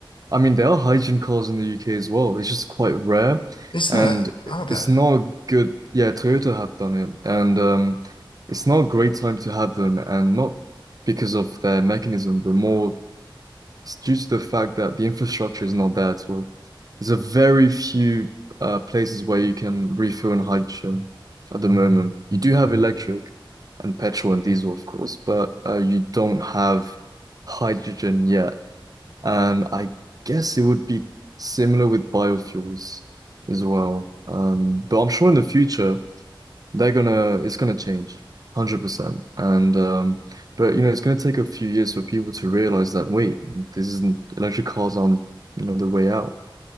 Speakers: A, on the right (about 45°); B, on the left (about 65°).
A: I mean there are hygiene calls in the UK as well. It's just quite rare,
B: Is
A: and
B: there?
A: it-
B: Are there?
A: it's not a good. Yeah, Toyota have done it, and um, it's not a great time to have them, and not because of their mechanism, but more it's due to the fact that the infrastructure is not there at all. There's a very few uh, places where you can refill in hydrogen at the moment. You do have electric and petrol and diesel, of course, but uh, you don't have hydrogen yet. And I guess it would be similar with biofuels as well. Um, but I'm sure in the future they're gonna it's gonna change 100%. And um, but you know it's gonna take a few years for people to realize that wait, this isn't electric cars aren't you know the way out.